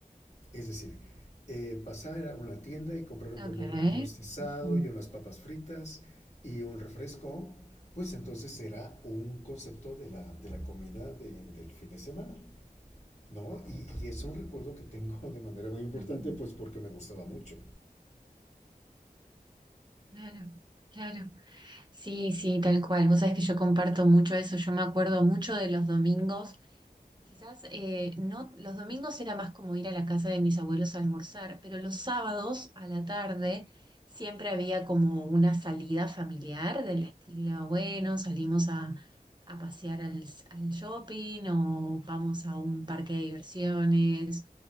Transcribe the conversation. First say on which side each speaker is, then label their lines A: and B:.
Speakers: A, on the left; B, on the right.
A: Es decir, eh, pasar a una tienda y comprar un
B: ok.
A: pollo rostizado
B: Ujú,
A: y unas papas fritas y un refresco, pues entonces era un concepto de la, de la comida de, del fin de semana, ¿no? Y, y, es un recuerdo que tengo <laughs> de manera muy importante,
B: ujú.
A: pues porque me gustaba mucho.
B: Claro, claro. Sí, sí, tal cual. Vos sabés que yo comparto mucho eso. Yo me acuerdo mucho de los domingos Quizás eh, no, los domingos era más como ir a la casa de mis abuelos a almorzar, pero los sábados a la tarde siempre había como una salida familiar del estilo, bueno, salimos a, a pasear al, al shopping o vamos a un parque de diversiones